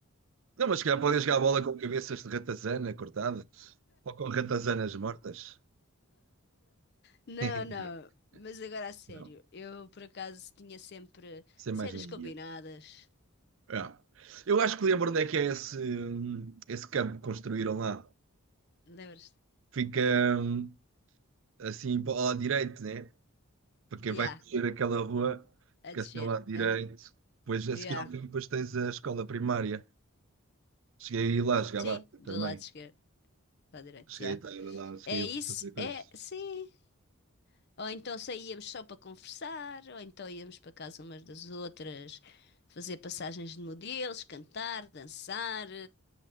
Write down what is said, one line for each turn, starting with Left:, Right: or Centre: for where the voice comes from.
Right: Não, mas se calhar podem jogar a bola com cabeças de ratazana cortadas ou com ratazanas mortas.
Left: Não,
Right: <laughs>
Left: não. Mas agora a sério,
Right: Não,
Left: eu por acaso tinha sempre
Right: sem
Left: cenas
Right: mais na Índia.
Left: combinadas.
Right: É. Eu acho que lembro onde é que é esse, esse campo que construíram lá.
Left: Lembras-te?
Right: Fica hum, assim para o lado direito, né? Para quem
Left: Yeah,
Right: vai descer aquela rua,
Left: a
Right: fica
Left: descer.
Right: assim ao lado direito.
Left: Aham.
Right: Depois a
Left: Yeah.
Right: seguir ao caminho, depois tens a escola primária. Cheguei a ir lá, jogava
Left: Sim, do
Right: também.
Left: lado esquerdo, lado direito,
Right: Cheguei
Left: yeah.
Right: a estar lá, cheguei
Left: É
Right: a
Left: isso?
Right: fazer coisas.
Left: É, sim. Ou então saíamos só para conversar, ou então íamos para casa umas das outras, fazer passagens de modelos, cantar, dançar.